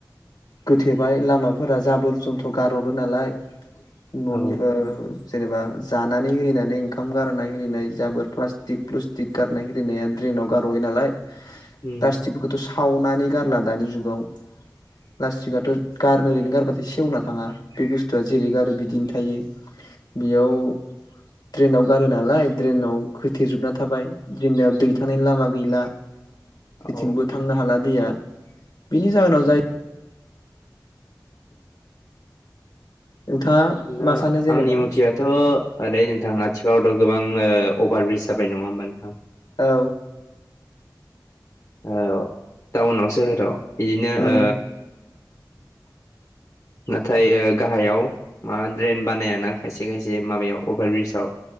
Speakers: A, on the left; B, on the left.
A: गोथेबाय लामाफोरा जाबोर जन्थ गारहरो नालाय ननि
B: औ
A: ओ जेनेबा जानानै हिरिनानै ओंखाम गारनाय हिरिनाय जाबोर प्लास्टिक प्लुस्टिक गारनाय हिरिनाया ड्रेनाव गारह'यो नालाय प्लास्टिकफोरखौथ'
B: उम
A: सावनानै गारला दानि जुगाव प्लास्टिकआथ' गारनो ओरैनो गारबाथाय सेवना थाङा बे बुस्थुआ जेरै गारो बिदिनो थायो बेयाव ट्रेनाव गारो नालाय ड्रेनाव खोथेजोबना थाबाय जोंनियाव दै थानायनि लामा गैला जेथिंबो
B: औ
A: थांनो हाला दैया बेनि जाहोनाव जाय नोंथाङा
B: दा
A: मा सानो जेनेबा
B: आंनि मथिया थ' ओरै नोंथां आथिखालावथ' गोबां अभार ब्रिज जाबाय नङा होमबा नोंथां
A: औ
B: औ टाउनाव सोहोराव बिदिनो
A: उम
B: ओ नाथाय ओ गाहायाव मा ड्रेन बानायाना खायसे खायसे माबायाव अभार ब्रिजआव।